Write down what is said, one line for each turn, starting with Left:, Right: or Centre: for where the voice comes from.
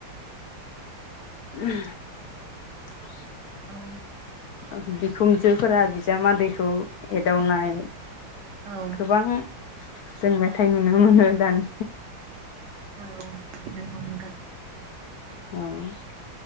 Left: <unintelligible>
Right: औ
Left: ओ बिखुनजोफोरा बिजामादैखौ एदावनाय
Right: औ
Left: गोबां जों मेथाइ नुनो मोनो। दान
Right: औ नंगौ नोंथां।
Left: औ। <inaudible>